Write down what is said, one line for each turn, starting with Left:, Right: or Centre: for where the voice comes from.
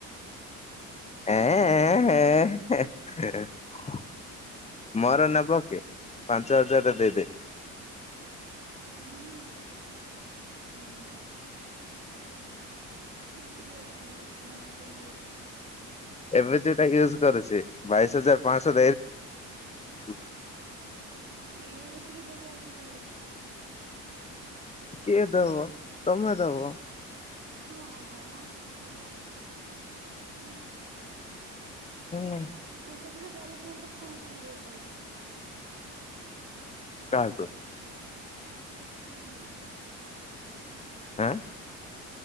Left: ଏଁ- ଏଁ- ଏଁ- ହେଁ -ହେଁ। ମୋର ନବ କି ପାଞ୍ଚ ହଜାରରେ ଦେଇଦେବି?
Right: ଉଁ- ନାଇଁ। କିଛି ଦରକାର୍ ନାହିଁ ସେମାନେ କିଣିବେ।
Left: ଏବେ ଯଉଟା ୟୁଜ୍ କରୁଚି ବାଇଶ୍ ହଜାର ପାଁଆଶ <unintelligible>
Right: କିଏ ହେତିକି ଦେବେ ଆଜିକାଲି।
Left: କିଏ ଦବ ତମେ ଦବ।
Right: ହଁ -ହଁ- ହଁ ମୋର ତ ପଇସା ଅଛି। ନା।
Left: <unintelligible>
Right: ମୋର ପଇସା ଥିଲେ ଡାଇରେକ୍ଟ୍ ମୁଁ ଗୋଟେ ଫୋନ୍ କିଣି ଦେଇଥାନ୍ତି।
Left: କାହାକୁ?
Right: ତମକୁୁ।
Left: ଆଁ।